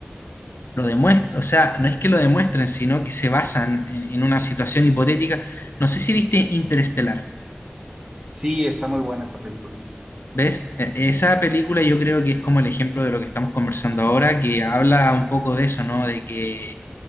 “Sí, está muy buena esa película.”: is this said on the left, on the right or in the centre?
Right